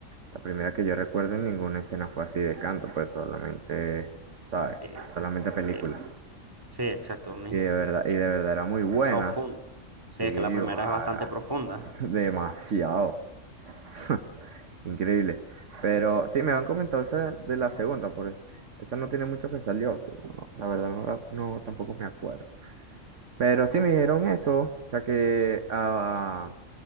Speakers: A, on the right; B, on the right.
A: la primera que yo recuerdo en ninguna escena fue así de canto, pues solamente... ¿sabes?
B: Sí,
A: Solamente película.
B: sí, sí, exacto, una
A: Y de verdad, y de verdad era muy buena.
B: profunda Sí,
A: Sí,
B: es que la primera
A: para.
B: es bastante profunda.
A: <laughs> Demasiado. <laughs> Increíble. Pero sí, me han comentado esa de la segunda, por eso. Esa no tiene mucho que salió, sí, no, no, la verdad no, la- no, tampoco me acuerdo. Pero sí me dijeron eso, o sea que, ah,